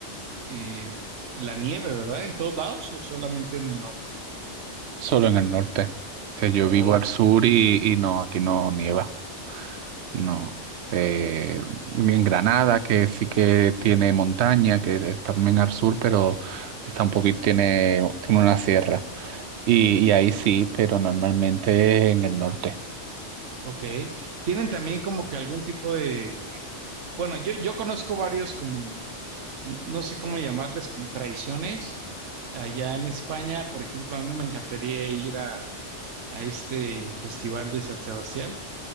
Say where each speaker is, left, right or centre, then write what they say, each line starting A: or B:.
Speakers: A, on the right; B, on the right.
A: eh, la nieve, ¿verdad? ¿En todos lados o solamente en el norte?
B: solo en el norte. que yo
A: Oh,
B: vivo al sur y, y no, aquí no nieva, no. Eh, en Granada, que sí que tiene montaña, que es también al sur, pero está un poquito, tiene, tiene una sierra. Y, y ahí sí, pero normalmente en el norte.
A: ok. Tienen también como que algún tipo de... Bueno, yo, yo conozco varios como, no, no sé cómo llamarles, como tradiciones. Allá en España, por ejemplo, a mí me encantaría ir a, a este festival de San Sebastián